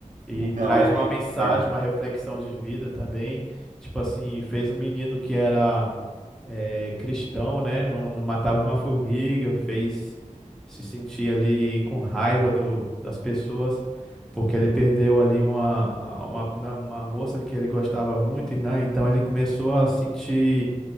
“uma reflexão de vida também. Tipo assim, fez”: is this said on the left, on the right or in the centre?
Centre